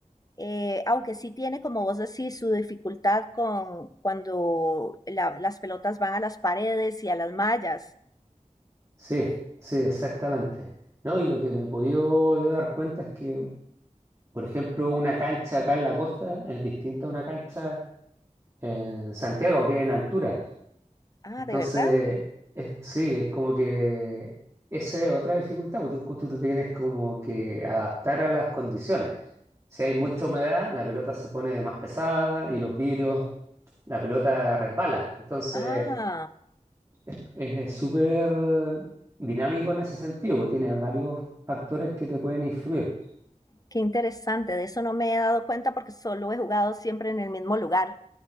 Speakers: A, on the left (about 30°); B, on the right (about 20°).
A: Eh, aunque sí tiene, como vos decís, su dificultad con cuando la- las pelotas van a las paredes y a las mallas.
B: Sí, sí, exactamente. ¿No? Y lo que me he podido yo dar cuenta es que, por ejemplo, una cancha acá en la costa es distinta a una cancha en Santiago, que es en altura.
A: Ah,
B: Entonces,
A: ¿de verdad?
B: es- sí, es como que esa es otra dificultad, porque tú, tú te tienes como que adaptar a las condiciones. Si hay mucha humedad, la pelota se pone más pesada y los vidrios, la pelota resbala. Entonces,
A: Ah,
B: es es súper dinámico en ese sentido, porque tiene varios factores que te pueden influir.
A: qué interesante. De eso no me he dado cuenta porque solo he jugado siempre en el mismo lugar.